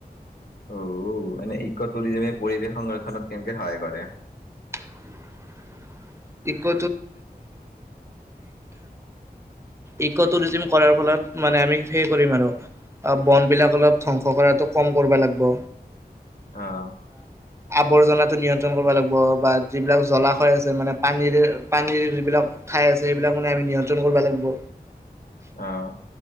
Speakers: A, on the left; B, on the right.
A: অ এনে ইকটুৰিজমে পৰিৱেশ সংৰক্ষণত কেনেকে সহায় কৰে?
B: <inaudible> ইক' ইকটুৰিজিম কৰাৰ ফলত মানে আমি সেই কৰিম আৰু বন বিলাক অলপ ধ্বংস কৰাতটো কম কৰিব লাগব।
A: আহ
B: আৱৰ্জনাটো নিয়ন্ত্ৰণ কৰবা লাগব বা যিবিলাক জলাশয় আছে মানে পানীৰে পানীৰ যিবিলাক ঠাই আছে সেইবিলাক মানে আমি নিয়ন্ত্ৰণ কৰবা লাগব
A: অ